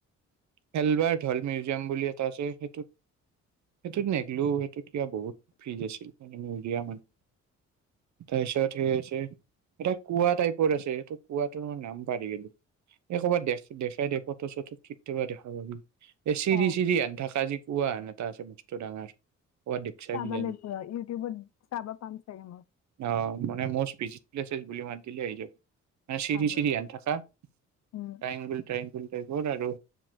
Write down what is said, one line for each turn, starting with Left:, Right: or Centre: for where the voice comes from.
Right: হেলবাৰ ঢেল মিউজিয়াম বুলি এটা আছে সেইটোত সেইটোত নিদ লো সেইটোত কিবা বহুত ফিজ আছিল মানে মউজিয়ামাত। তাৰপিছত হেৰি আছে এটা কোঁৱা টাইপৰ আছে। সেইটোৰ কোঁৱাটোৰ মই নাম পাহৰি গলো। একোবাৰ দেখ দেখাই দে ফথ চথ খিত্ত বা দেখা পাবি <unintelligible> এ চিৰি
Left: অ',
Right: চিৰি হেন থকা যে কোঁৱা হেন এতা আছে মস্তু ডাঙৰ। ক'ৰবাত দেখছা
Left: চাবা
Right: কিজানি
Left: লাগিব ইউটিউবত চাবা পাম চাগে মই।
Right: অ মানে মস্ত ভিজিত প্লেচেছ বুলি মাত দিলে আহি যাব। চিৰি
Left: চাম
Right: চিৰি
Left: ৰ।
Right: হেনথাচা
Left: উম,
Right: ট্ৰাইংগুল ট্ৰাইংগুল টাইপৰ আৰু